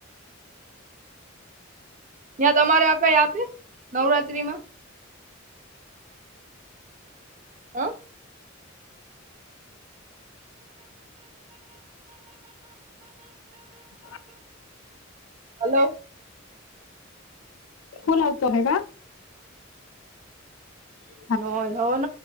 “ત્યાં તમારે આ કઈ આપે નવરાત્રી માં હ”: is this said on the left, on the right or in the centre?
Right